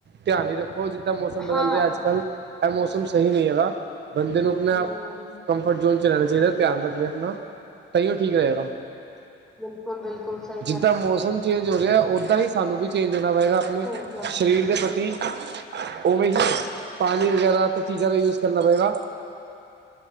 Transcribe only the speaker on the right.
ਧਿਆਨ ਹੀ ਰੱਖੋ, ਜਿੱਦਾਂ ਮੌਸਮ ਬਦਲ
ਰਿਹਾ ਅੱਜ-ਕੱਲ੍ਹ ਇਹ ਮੌਸਮ ਸਹੀ ਨਹੀਂ ਹੈਗਾ। ਬੰਦੇ ਨੂੰ ਆਪਣਾ
ਕੰਫਰਟ ਜ਼ੋਨ ਚ ਰਹਿਣਾ ਚਾਹੀਦਾ। ਧਿਆਨ ਰੱਖੇ ਆਪਣਾ ਤਾਂ ਹੀਓ ਠੀਕ ਰਹੇਗਾ।
ਜਿੱਦਾਂ
ਮੌਸਮ
ਚੇਂਜ ਹੋ ਰਿਹਾ ਉੱਦਾਂ ਹੀ ਸਾਨੂੰ ਵੀ ਚੇਂਜ ਹੋਣਾ ਪਏਗਾ ਆਪਣੇ
ਸ਼ਰੀਰ ਦੇ ਪ੍ਰਤੀ। ਉਹਵੇਂ ਹੀ ਪਾਣੀ ਵਗੈਰਾ ਤੇ ਚੀਜ਼ਾਂ ਦਾ ਯੂਜ ਕਰਨਾ ਪਏਗਾ।